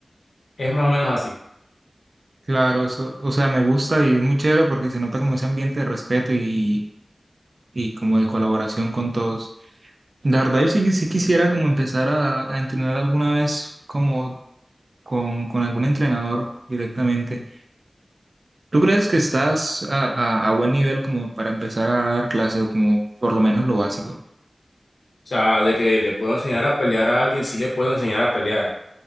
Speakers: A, on the left; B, on the right.
A: es más o menos así.
B: Claro, eso, o sea, me gusta y es muy chévere porque se nota como ese ambiente de respeto y, y como de colaboración con todos. La verdad, yo sí, que- sí quisiera como empezar a, a entrenar alguna vez como con, con algún entrenador directamente. ¿Tú crees que estás a, a, a buen nivel como para empezar a dar clases o como por lo menos lo básico?
A: O sea, de que le puedo enseñar a pelear a alguien, sí le puedo enseñar a pelear,